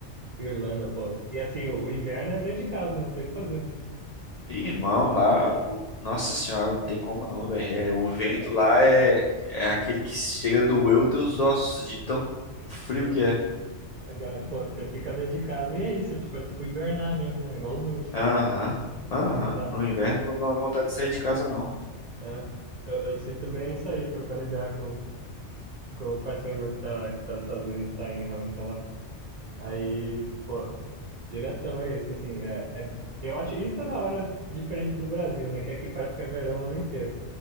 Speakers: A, on the right; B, on the left.
A: Irlanda, pô. E assim, o, o inverno é dentro de casa, não tem o que fazer. né?
B: Ih, Irmão, lá, o- nossa senhora, não tem como não, velho. É, o vento
A: É, é,
B: lá é, é aquele que chega a doer os teus ossos de tão frio
A: sim.
B: que é.
A: A galera, pô, você fica dentro de casa e é isso, tipo, é tipo hibernar mesmo, né? Igual os ursos.
B: Aham, aham.
A: Dá.
B: No inverno não dá vontade de sair de casa, não.
A: É. Eu, eu sinto bem isso aí, trocando ideia com, com o parceiro meu que tá, que tá nos Estados Unidos, tá em Hampton lá. Aí, pô, diretão é isso, assim, é, é, eu acho, isso é da hora diferente do Brasil, né? Que aqui parece que é verão o ano inteiro.